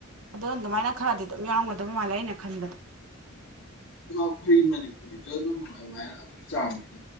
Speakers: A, on the right; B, on the left.
A: ꯑꯗꫭ ꯑꯗꯨꯃꯥꯏꯅ ꯈꯔꯗꯤ ꯑꯗꯨꯝ ꯌꯥꯎꯔꯝꯒꯗꯕ ꯃꯥꯜꯂꯦ ꯑꯩꯅ ꯈꯟꯕꯗꯣ
B: ꯑꯗꯣ ꯑꯩꯈꯣꯏ ꯃꯅꯤꯄꯨꯔꯒꯤꯁꯨ ꯑꯗꯨꯝ ꯑꯗꯨꯃꯥꯏꯅ ꯑꯗꯨꯒꯤ ꯆꯥꯡꯅꯤꯗ